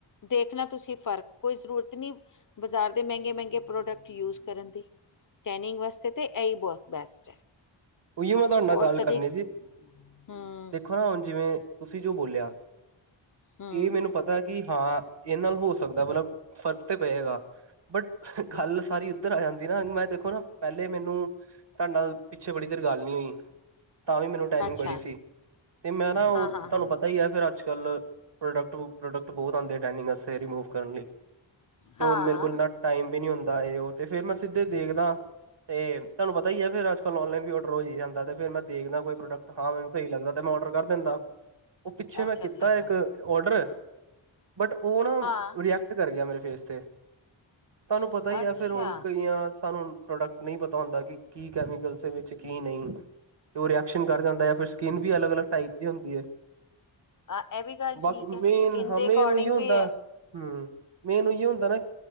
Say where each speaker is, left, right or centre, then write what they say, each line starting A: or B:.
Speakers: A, on the left; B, on the right.
A: ਦੇਖਣਾ ਤੁਸੀਂ ਫ਼ਰਕ ਕੋਈ ਜ਼ਰੂਰਤ ਨਹੀਂ ਬਜ਼ਾਰ ਦੇ ਮਹਿੰਗੇ- ਮਹਿੰਗੇ ਪ੍ਰੋਡਕਟ ਯੂਜ ਕਰਨ ਦੀ। ਟੈਨਿੰਗ ਵਾਸਤੇ ਤੇ ਤਾਂ ਇਹਹੀ ਬਹੁਤ ਬੈਸਟ ਹੈ।
B: ਉਹੀਔ ਮੈਂ ਤੁਹਾਡੇ ਨਾਲ
A: ਔਰ
B: ਗੱਲ
A: ਕਦੇ
B: ਕਰਨੀ ਸੀ
A: ਹਮ
B: ਦੇਖੋ ਨਾ ਹੁਣ ਜਿਵੇਂ ਤੁਸੀਂ ਜੋ ਬੋਲਿਆ
A: ਹਮ
B: ਇਹ ਮੈਨੂੰ ਪਤਾ ਕਿ ਹਾਂ ਇਹ ਨਾਲ ਹੋ ਸਕਦਾ, ਮਤਲਬ ਫਰਕ ਤੇ ਪਏਗਾ ਬੱਟ ਗੱਲ ਸਾਰੀ ਇਧਰ ਆ ਜਾਂਦੀ ਨਾ। ਮੈਂ ਦੇਖੋ ਨਾ ਪਹਿਲੇ। ਪਲੇ ਮੈਨੂੰ ਤੁਹਾਡੇ ਨਾਲ ਪਿੱਛੇ ਬੜੀ ਦੇਰ ਗੱਲ ਨਹੀਂ ਹੋਈ। ਤਾਂ ਵੀ ਮੈਨੂੰ ਟਾਈਨਿੰਗ
A: ਅੱਛਾ
B: ਬੜੀ ਸੀ ਤੇ ਮੈਂ ਨਾ ਉਹ
A: ਹਾਂ
B: ਤੁਹਾਨੂੰ
A: ਹਾਂ ਹਾਂ
B: ਪਤਾ ਹੀ ਹੈ ਫਿਰ ਅੱਜ ਚੱਲ ਪ੍ਰੋਡਕਟ ਪ੍ਰੋਡਕਟ ਬਹੁਤ ਆਉਂਦੇ ਨੇਂ ਟੈਨਿੰਗ ਆਸਤੇ ਰਿਮੂਵ ਕਰਨ ਲਈ ਤੇ
A: ਹਾਂ
B: ਹੁਣ ਮੇਰੇ ਕੋਲ ਏਨਾ ਟਾਇਮ ਵੀ ਨਹੀਂ ਹੁੰ ਏ ਉਹ ਤੇ ਫੇਰ ਮੈਂ ਸਿੱਧੇ ਦੇਖਦਾ ਤੇ ਤੁਹਾਨੂੰ ਪਤਾ ਹੀ ਹੈ ਫੇਰ ਅੱਜ ਔਨਲਾਈਨ ਵੀ ਔਡਰ ਹੋ ਹੀ ਜਾਂਦਾ ਫਿਰ ਮੈਂ ਦੇਖਦਾ ਕੋਈ ਪ੍ਰੋਡਕਟ ਹਾਂ ਮੈਨੂੰ ਸਹੀ ਲੱਦਾ ਮੈਂ ਔਡਰ ਕਰ ਦਿੰਦਾ। ਉਹ ਪਿੱਛੇ
A: ਅੱਛਾ
B: ਮੈਂ ਕੀਤਾ
A: ਅੱਛਾ ਅੱਛਾ
B: ਇੱਕ ਆਡਰ ਬਟ ਉਹ ਨਾ
A: ਹਾਂ
B: ਰਿੀਐਕਟ ਕਰ ਗਿਆ ਮੇਰੇ ਫੇਸ ਤੇ ਤੁਹਾਨੂੰ ਪਤਾ ਹੀ
A: ਅੱਛਾ
B: ਹੈ ਫਿਰ ਹੁਣ ਕਈਆਂ ਸਾਨੂੰ ਪ੍ਰੋਡਕਟ ਨਹੀਂ ਪਤਾ ਹੁੰਦਾ ਕਿ ਕੀ ਕੈਮੀ ਲਸ ਵਿੱਚ ਕੀ ਨਹੀਂ ਰੀਐਕਸ਼ਨ ਕਰ ਜਾਂਦਾ ਹੈ ਫਿਰ ਸਕਿੰਨ ਵੀ ਅਲੱਗ- ਅਲੱਗ ਟਾਈਪ ਦੀ ਹੁੰਦੀ ਏ
A: ਹਾਂ ਇਹ ਵੀ ਗੱਲ
B: ਬਾਕੀ
A: ਠੀਕ ਹੈ
B: ਮੇਨ
A: ਸਕਿਨ
B: ਹਾਂ
A: ਦੇ
B: ਮੇਨ
A: ਅਕੋਰਡਿੰਗ
B: ਉਹੀ ਹੁੰਦਾ
A: ਵੀ ਹੈ
B: ਹੂੰ ਮੇਨ ਉਹੀ ਹੁੰਦਾ ਨਾ।